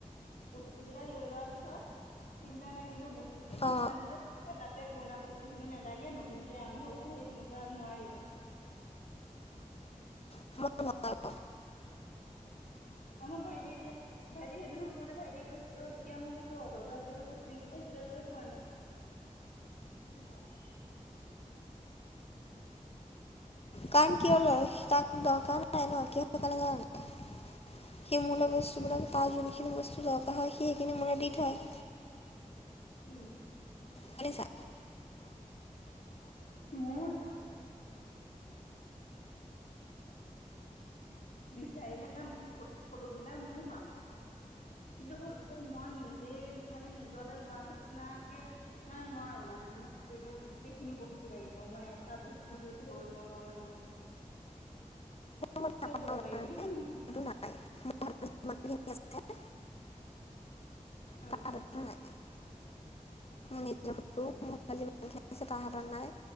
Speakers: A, on the left; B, on the left.
A: বস্তু বিলাক লৈ লোৱাৰ পিছত চিন্তা নাই কিন্তু বস্তু কিছুমানে
B: অঁ
A: যে তাতে পুৰণা বস্তু খিনি নালাগে নতুনকে আৰম্ভ ম সেই তেনেকোৱা নোৱাৰি
B: <unintelligible>
A: আমাৰ ভাইটি এতিয়া ভাইটি সেইদিনা সময়তে ভাইটিয়ে কৈছে অ তেতিয়া মই কৈছো তহঁতৰ আজিলেকে বস্তু কিবা সিকিল লৈয় পোৱা নাই উম নাইপোৱা
B: কাৰণ কি হল হয় তাক দকাৰ নাই ন কে নাই সি মোলৈ বস্তু লয় তাজু যিখিনি বস্তু দৰকাৰ হয় সি সেইখিনি মোলে দি থয়
A: উম
B: শুনিছা
A: মোৰ বিচাৰিলে ফ ফটো বিলাক মও পাম কিন্তু হ'ল মই নিজে মানে নিজলে লোৱা নিচিনাকে মানে নোৱাৰো মানে মোক এনেকে গোটেইখিনি বস্তু লাগিব মই এটা বস্তু দি থৈ লও নহয় মো
B: মই নাপাওঁ
A: চব দৰকাৰী
B: জানানে?
A: একদম
B: সেইটো নাই মোৰ হাতত যিমানখিনি আছে
A: উম
B: তাৰ হাততো নাই মোৰ নিজৰ ফটোৰ
A: উম
B: তা হাতত নাই